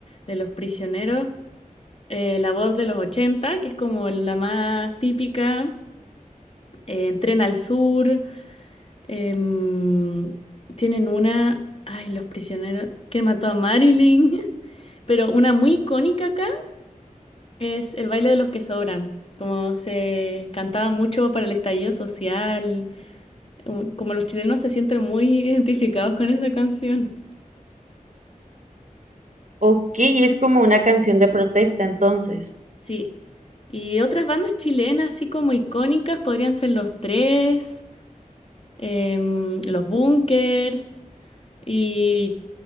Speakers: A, on the left; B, on the right.
A: De Los Prisioneros, eh, La Voz de los 80 que es como la más típica, eh, Tren al Sur. Em, tienen una, ay, los prisioneros, que mató a Marilyn, <laughs> pero una muy icónica acá es el baile de los que sobran, como se cantaba mucho para el estallido social, um, como los chilenos se sienten muy <laughs> identificados con esa canción.
B: Ok, es como una canción de protesta, entonces.
A: Sí. Y otras bandas chilenas, así como icónicas, podrían ser Los Tres, em, Los Bunkers. Y